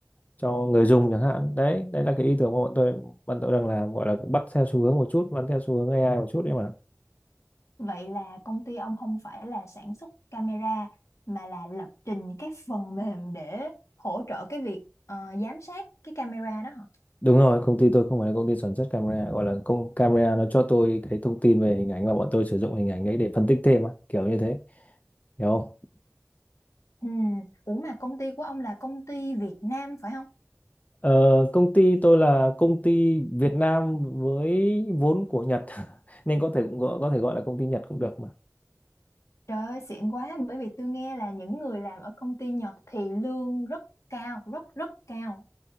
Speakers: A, on the left; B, on the left.
A: cho người dùng chẳng hạn đấy đấy là cái ý tưởng mà bọn tôi bọn tôi đang làm gọi là cũng bắt theo xu hướng một chút bắt theo xu hướng AI một chút đấy mà
B: Vậy là công ty ông không phải là sản xuất camera mà là lập trình các phần mềm để hỗ trợ cái việc ờ, giám sát cái camera đó hả?
A: Đúng rồi, công ty tôi không phải là công ty sản xuất camera, gọi là công camera nó cho tôi cái thông tin về hình ảnh và bọn tôi sử dụng hình ảnh đấy để phân tích thêm á, kiểu như thế, hiểu không?
B: Ừ, ủa mà công ty của ông là công ty Việt Nam phải không?
A: Ờ, công ty tôi là công ty Việt Nam với vốn của Nhật <laughs> nên có thể cũng có, có thể gọi là công ty Nhật cũng được mà.
B: Trời ơi, xịn quá, bởi vì tôi nghe là những người làm ở công ty Nhật thì lương rất cao, rất rất cao.